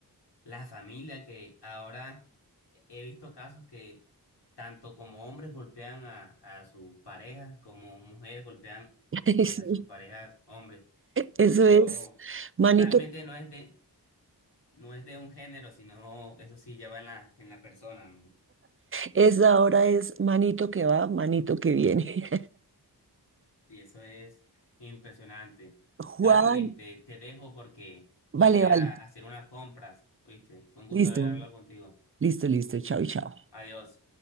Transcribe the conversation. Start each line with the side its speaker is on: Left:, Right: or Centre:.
Left: la familia que ahora he visto casos que tanto como hombres golpean a, a sus parejas, como mujeres golpean
Right: <laughs>
Left: pues
Right: Sí,
Left: a sus parejas hombres.
Right: Eso
Left: Eso
Right: es, manito,
Left: realmente no es de, no es de un género, sino eso sí ya va en la, en la persona, ¿no?
Right: es ahora es manito que va, manito que viene.
Left: Y eso es impresionante.
Right: <laughs> Juan,
Left: Cari, este, te dejo porque
Right: vale,
Left: iré
Right: vale,
Left: a hacer unas compras, ¿oíste? Fue un gusto
Right: listo,
Left: hablar contigo.
Right: listo, listo, chao, chao.
Left: Adiós.